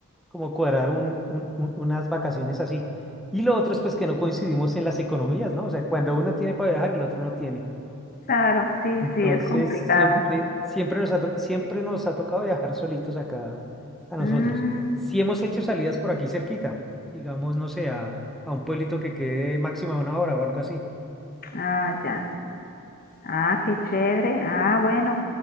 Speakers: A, in the centre; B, on the left.
A: como cuadrar un- un- un- unas vacaciones así. Y lo otro es pues que no coincidimos en las economías, ¿no? O sea, cuando uno tiene para viajar, el otro no tiene.
B: claro, sí,
A: Entonces,
B: sí, es complicado.
A: siempre, siempre nos ha, to- siempre nos ha tocado viajar solitos acá a nosotros.
B: Mm,
A: Si hemos hecho salidas por aquí cerquita, digamos, no sé, a, a un pueblito que quede máxima una hora o algo así.
B: ah, ya. Ah, qué chévere. Ah, bueno,